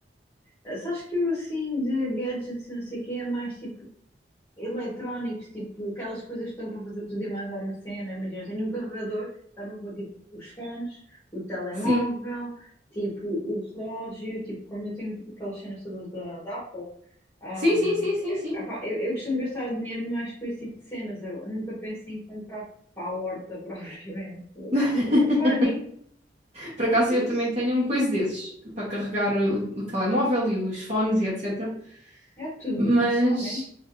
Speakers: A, on the left; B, on the right.
A: Ah, Sabes que eu, assim, de gadgets, e não sei o quê, é mais tipo. eletrónicos, tipo aquelas coisas que estão para fazer tudo e mais alguma cena. Imagina, tenho um carregador, dá para pôr tipo os fones, o telemóvel,
B: Sim.
A: tipo o relógio, tipo como eu tenho aquelas cenas todas da, da Apple. Um,
B: Sim, sim, sim, sim,
A: é-
B: sim.
A: epá, eu, eu costumo gastar dinheiro mais com esse tipo de cenas. Eu nunca penso em comprar para a horta <laughs> propriamente. Mas,
B: <laughs>
A: uh, Funny,
B: Por acaso
A: Mas
B: eu também tenho um coisa desses para carregar o, o telemóvel e os fones e etc.
A: é tudo
B: Mas,
A: de um só, né?